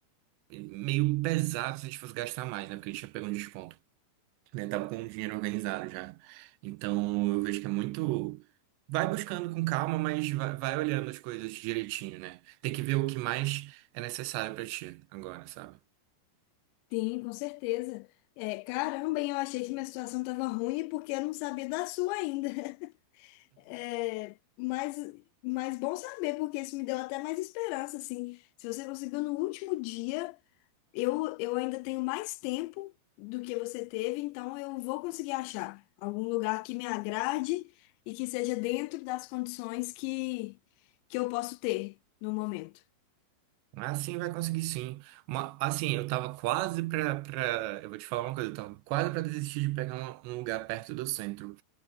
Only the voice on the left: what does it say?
Sim, com certeza. É, caramba, hein, eu achei que minha situação estava ruim porque eu não sabia da sua ainda. <laughs> É, mas, mas bom saber, porque isso me deu até mais esperança, assim. Se você conseguiu no último dia, eu, eu ainda tenho mais tempo do que você teve, então eu vou conseguir achar algum lugar que me agrade e que seja dentro das condições que, que eu posso ter no momento.